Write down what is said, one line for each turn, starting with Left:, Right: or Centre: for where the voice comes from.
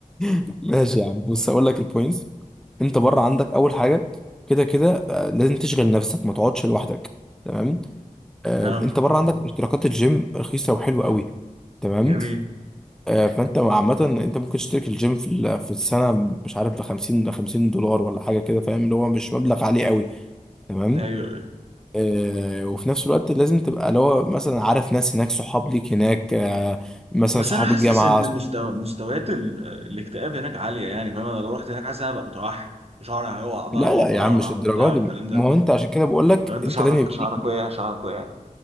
Centre: <laughs> ماشي يا عم بص هقول لك البوينتس انت بره عندك أول حاجة كده كده آه، لازم تشغل نفسك ما تقعدش لوحدك تمام آه،
Right: اه
Centre: انت بره عندك اشتراكات الجيم رخيصة وحلوة قوي تمام
Right: جميل
Centre: آه، فانت عامة انت ممكن تشترك الجيم في ال- في السنة مش عارف ب 50 50 دولار ولا حاجة كده فاهم اللي هو مش مبلغ عالي قوي تمام
Right: ايوه أيوة.
Centre: آه، وفي نفس الوقت لازم تبقى اللي هو مثلا عارف ناس هناك صحاب ليك هناك آه، مثلا
Right: بس
Centre: صحاب
Right: انا حاسس
Centre: الجامعة
Right: ان
Centre: صح...
Right: مستوى مستويات ال- الاكتئاب هناك عاليه يعني فاهم انا لو رحت هناك حاسس ان انا هبقى متوحد شعري هيقع بقى
Centre: لا
Right: وابقى
Centre: لا يا
Right: اقرع
Centre: عم مش
Right: وبتاع
Centre: الدرجة
Right: والكلام
Centre: دي
Right: ده
Centre: ما هو انت عشان كده بقول لك
Right: طب انت
Centre: انت
Right: شعرك
Centre: لازم يبقى
Right: شعرك
Centre: ليك
Right: وقع شعرك وقع